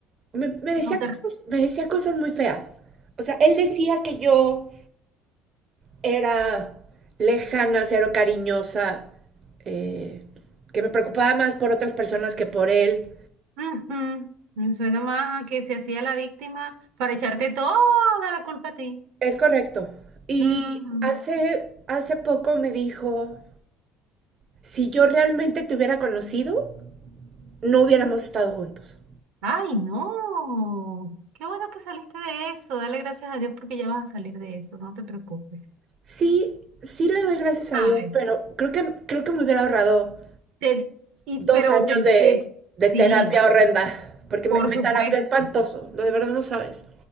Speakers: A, on the right; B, on the right.
A: me, me decía
B: no
A: cosas,
B: te...
A: me decía cosas muy feas. O sea, él decía que yo era lejana, cero cariñosa, eh, que me preocupaba más por otras personas que por él.
B: Ujú. Me suena más a que se hacía la víctima para echarte toda la culpa a ti.
A: Es correcto. Y
B: Ujú.
A: hace, hace poco me dijo... Si yo realmente te hubiera conocido, no hubiéramos estado juntos.
B: Ay, no. Qué bueno que saliste de eso. Dale gracias a Dios porque ya vas a salir de eso. No te preocupes.
A: Sí, sí le doy gracias a
B: A
A: Dios,
B: ver,
A: pero creo que, creo que me hubiera ahorrado
B: te- y,
A: dos
B: pero
A: años
B: te,
A: de,
B: te-
A: de terapia
B: sí,
A: horrenda, porque
B: por
A: me, me
B: supuesto.
A: terapia espantoso, lo de verdad no sabes.